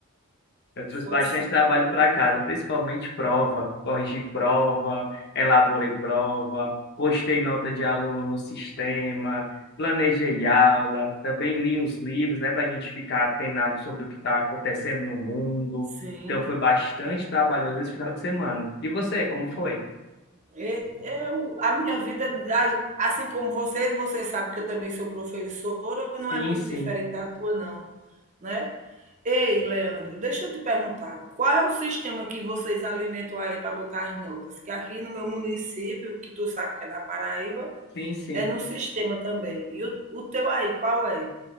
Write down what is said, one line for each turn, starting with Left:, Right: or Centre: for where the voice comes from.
Left: Eu trouxe
Right: Foi
Left: bastante
Right: sim,
Left: trabalho para casa, principalmente prova. Corrigi prova, elaborei prova, postei nota de aluno no sistema, planejei aula, também li uns livros, né, para a gente ficar atenado sobre o que está acontecendo no mundo.
Right: sim.
Left: Então, foi bastante trabalhoso esse final de semana. E você, como foi?
Right: E- Eu, a minha vida, a- assim como você, você sabe que eu também sou professora, não
Left: Sim,
Right: é muito
Left: sim,
Right: diferente da tua, não, né? Ei, Leandro, deixa eu te perguntar, qual é o sistema que vocês alimentam aí para botar as notas? Que aqui no meu município, que tu sabe que é da Paraíba,
Left: sim, sim.
Right: É no sistema também. E o, o teu aí, qual é?